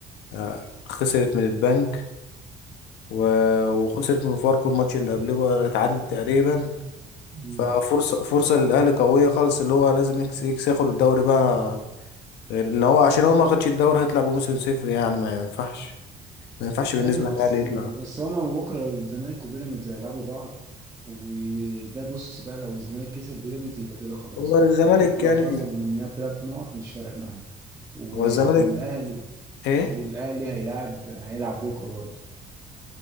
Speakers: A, on the left (about 85°); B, on the right (about 20°).
A: آه، خسرت من البنك و- وخسرت من فاركو الماتش اللي قبله اتعادلت تقريبا
B: مم.
A: ففرصة فرصة للأهلي قوية خالص اللي هو لازم إكس إكس ياخد الدوري بقى غير اللي هو عشان هو ما خدش الدوري هيطلع بموسم صفر يعني ما ينفعش ما ينفعش بالنسبة
B: ايوه بس
A: للأهلي يطلع
B: بس هما بكره الزمالك وبيراميدز هيلعبوا بعض وده بص بقى لو الزمالك كسب بيراميدز يبقى كده خلاص
A: هو
B: بقى
A: الزمالك
B: حتى لو
A: يعني
B: خسر من ثلاث نقط مش فارق معاه و-
A: هو الزمالك
B: والاهلي
A: إيه؟
B: والاهلي هيلعب هيلعب بكره برضه